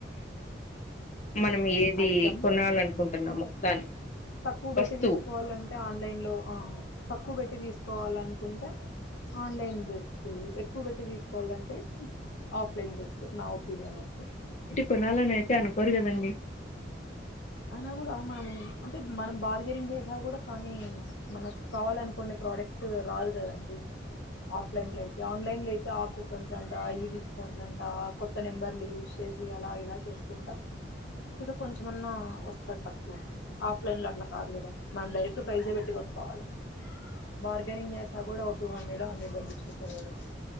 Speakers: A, on the left (about 40°); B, on the left (about 80°).
A: మనం ఏది
B: ఐటమ్
A: కొనాలనుకుంటున్నామో దాని
B: తక్కువ పెట్టి
A: వస్తువు
B: తీసుకోవాలంటే ఆన్లైన్ లో ఆ తక్కువ పెట్టి తీసుకో కోవాలనుకుంటే ఆన్లైన్ బెస్టి ఎక్కువ పెట్టి తీసుకోవాలంటే ఆఫ్లైన్ బెస్ నా ఒపీనియన్ అయితే
A: కొనల నేను తే అనుకోరు కదండీ
B: అన్న కూడా అవమానం అంటే మనం బార్గెనింగ్ చేసా కూడా కానీ మనకు కావాలనుకునే ప్రోడక్ట్ రాదు కదండి ఆఫ్లైన్ లో అయితే ఆన్లైన్ లో అయితే ఆ కూపన్స్ అంట ఈ డిస్కౌంట్ అంట కొత్త నెంబర్లు యూస్ చేసి అలా ఇలా చేసుకుంటా కొంచెమన్నా వస్తది తక్కువ ఆఫ్లైన్లో అట్లా కాదు కదా మనం డైరెక్ట్ ప్రైసే పెట్టి కొనుక్కోవాల బార్గెనింగ్ చేసా కూడా టూ హండ్రెడ్ హండ్రెడ్ తగ్గించుకుంటాడు కదా